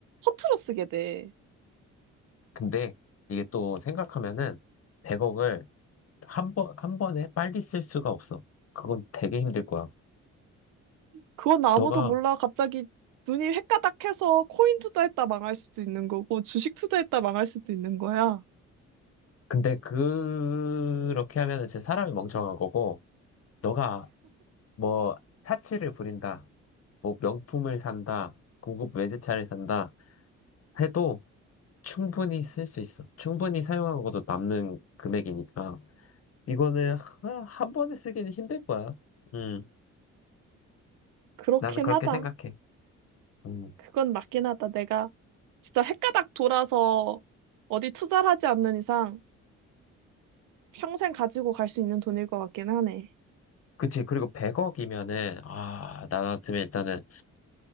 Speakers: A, on the right (about 85°); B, on the left (about 50°).
A: 허투루 쓰게 돼.
B: 근데, 이게 또 생각하면은, 100억을 한 번, 한 번에 빨리 쓸 수가 없어. 그건 되게 힘들 거야.
A: 그건 아무도
B: 너가,
A: 몰라. 갑자기 눈이 횟가닥해서 코인 투자했다 망할 수도 있는 거고 주식 투자했다 망할 수도 있는 거야.
B: 근데 그렇게 하면은 진짜 사람이 멍청한 거고, 너가 뭐 사치를 부린다, 뭐 명품을 산다, 고급 외제차를 산다 해도 충분히 쓸 수 있어. 충분히 사용하고도 남는 금액이니까 이거는 하- 한 번에 쓰기는 힘들 거야. 음,
A: 그렇긴
B: 나는 그렇게
A: 하다.
B: 생각해. 음,
A: 그건 맞긴 하다. 내가 진짜 횟가닥 돌아서 어디 투자를 하지 않는 이상 평생 가지고 갈 수 있는 돈일 것 같긴 하네.
B: 그치. 그리고 100억이면은 아, 나 같으면 일단은